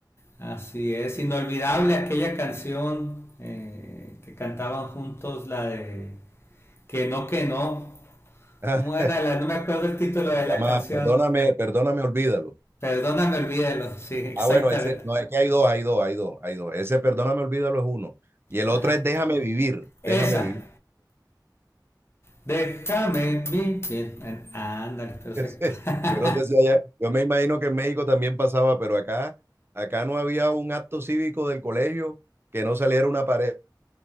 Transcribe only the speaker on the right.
Y
<laughs>
se
llama
Perdóname, Perdóname, Olvídalo.
Ah, bueno, ese, no, es que hay dos, hay dos, hay dos, hay dos. Ese Perdóname, Olvídalo es uno. Y el
otro es Déjame Vivir,
Déjame Vivir.
<laughs>
Yo no sé si allá, yo me imagino que en México también pasaba, pero acá, acá no había un acto cívico del colegio que no saliera una pareja